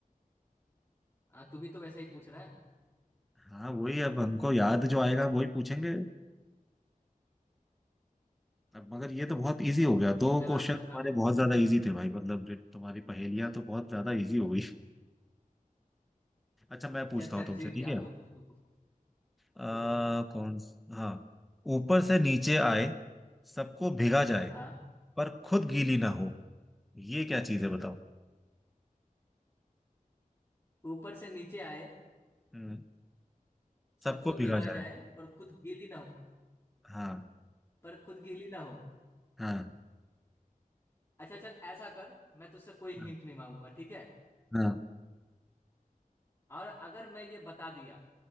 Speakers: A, on the left; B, in the centre.
A: हाँ, तू भी तो वैसे ही पूछ रहा है
B: हाँ वही अब हमको याद जो आएगा वही पूछेंगे अब मगर ये तो बहुत इजी हो गया दो
A: चल
B: क्वेश्चन
A: आप बता
B: तुम्हारे
A: आप
B: बहुत ज्यादा इजी थे भाई मतलब जो तुम्हारी पहेलियां तो बहुत ज्यादा इजी हो गई <laughs> अच्छा मैं पूछता
A: चल चल
B: हूँ तुमसे
A: ठीक
B: ठीक
A: है आप
B: है
A: तू पूछ तू पूछ
B: आ,
A: तू पूछ
B: कौन हाँ ऊपर से नीचे आए सबको भिगा जाए
A: हाँ
B: पर खुद गीली ना हो ये क्या चीज है बताओ
A: ऊपर से नीचे आए
B: हम्म सबको
A: सबको भिगा
B: भिगा जाए
A: जाए पर खुद गीली ना हो
B: हाँ
A: पर खुद गीली ना हो
B: हाँ
A: अच्छा चल ऐसा कर मैं तुझसे कोई
B: हाँ
A: हिंट नहीं मांगूंगा ठीक है
B: हाँ
A: और अगर मैं ये बता दिया